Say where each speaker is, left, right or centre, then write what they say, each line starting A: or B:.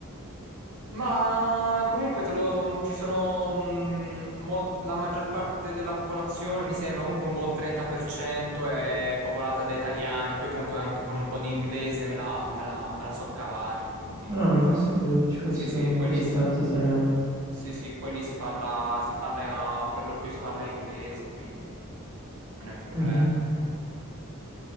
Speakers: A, on the right (about 75°); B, on the right (about 15°).
A: Ma comunque te lo- ci sono mh, mol- la maggior parte della popolazione, mi sembra, comunque un buon 30% è popolata da italiani, poi comunque anche con un po' di inglese me la, me la, me la so cavare, quindi
B: Ah, non sapevo ci fossero
A: sì, sì, poi
B: così
A: lì si,
B: tanti italiani.
A: sì, sì, poi lì si parla, si parla, per lo più si parla inglese, quindi non è un problema.
B: Mhm,